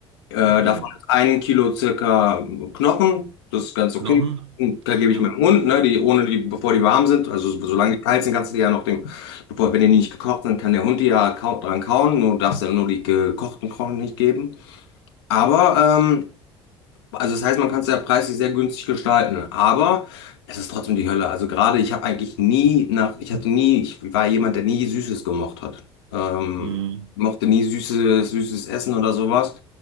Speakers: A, on the left (about 65°); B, on the right (about 75°).
A: Äh,
B: ja.
A: davon ist ein Kilo circa Knochen, das ist ganz okay.
B: Knochen,
A: Und Da gebe
B: ja.
A: ich meinem Hund, ne, die, ohne die, bevor die warm sind. Also solange die kalt sind, kannst du die ja noch dem, bevor, wenn die nicht gekocht sind, kann der Hund die ja kau dran kauen. Nur darfst du ja nur die gekochten Knochen nicht geben. Aber ähm, also das heißt, man kann es ja preislich sehr günstig gestalten, aber es ist trotzdem die Hölle. Also gerade ich habe eigentlich nie nach, ich hatte nie, ich war jemand, der nie Süßes gemocht hat. Ähm,
B: Mhm.
A: mochte nie süßes, süßes Essen oder sowas.